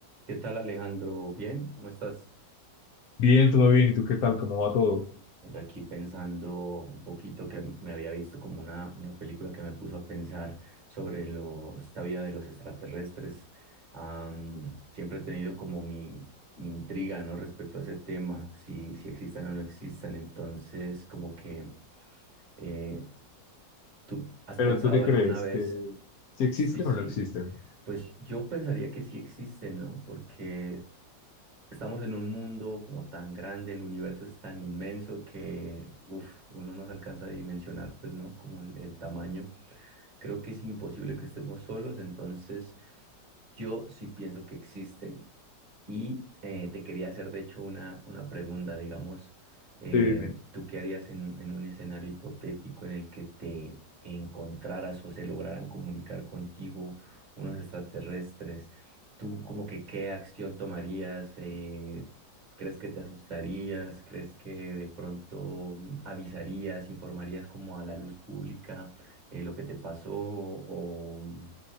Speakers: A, on the right; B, on the left.
A: ¿Qué tal, Alejandro? Bien, ¿cómo estás?
B: Bien, todo bien. ¿Y tú qué tal? ¿Cómo va todo?
A: Oye, aquí pensando un poquito que me había visto como una, una película que me puso a pensar sobre lo, esta vida de los extraterrestres. Am, siempre he tenido como mi, mi intriga, ¿no? Respecto a ese tema, si, si existan o no existan. Entonces, como que eh, tú has
B: Pero
A: pensado
B: ¿tú qué
A: alguna
B: crees?
A: vez,
B: ¿Que si existen
A: sí, sí,
B: o no existen?
A: pues yo pensaría que sí existen, ¿no? Porque Estamos en un mundo como tan grande, el universo es tan inmenso que uf, uno no se alcanza a dimensionar, pues, ¿no? Como el, el tamaño. Creo que es imposible que estemos solos, entonces yo sí pienso que existen. Y eh, te quería hacer, de hecho, una, una pregunta, digamos, eh,
B: Sí, dime.
A: ¿tú qué harías en, en un escenario hipotético en el que te encontraras o se lograran comunicar contigo unos extraterrestres? ¿Tú como que qué acción tomarías? Eh, ¿crees que te asustarías? ¿Crees que de pronto mm, avisarías, informarías como a la luz pública eh, lo que te pasó o mm,